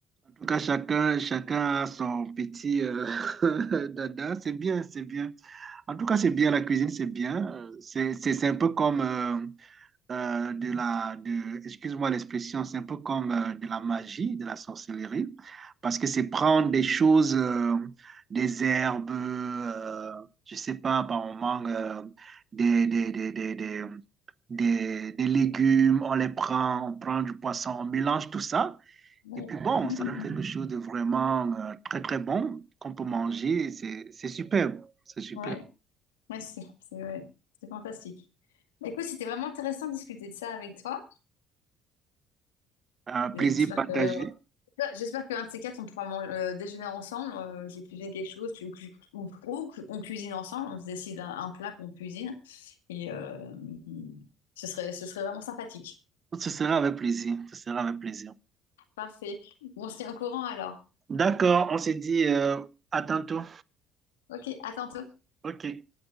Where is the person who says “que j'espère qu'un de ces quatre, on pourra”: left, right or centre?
Left